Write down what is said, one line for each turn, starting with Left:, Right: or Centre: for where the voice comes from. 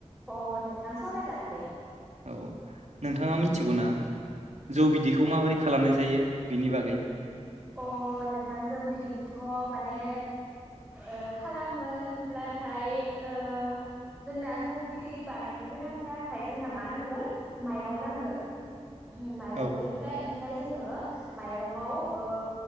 Centre: अ नोंथां सावरायजागोन दे
Right: औ नोंथाङा मिथिगौ ना जौ बिदैखौ माबोरै खालामनाय जायो बिनि बागै
Centre: अ नोंथां जौ बिदैखौथ' माने ओ खालामोनब्लाथाय ओ जोंना जौ बिदै बानायनो गोनांब्लाथाय जोंना मा नांगोन माइरं नांगोन माइरंनिफ्राय
Right: औ
Centre: ओमफ्राय जोङो माइरङाव ओ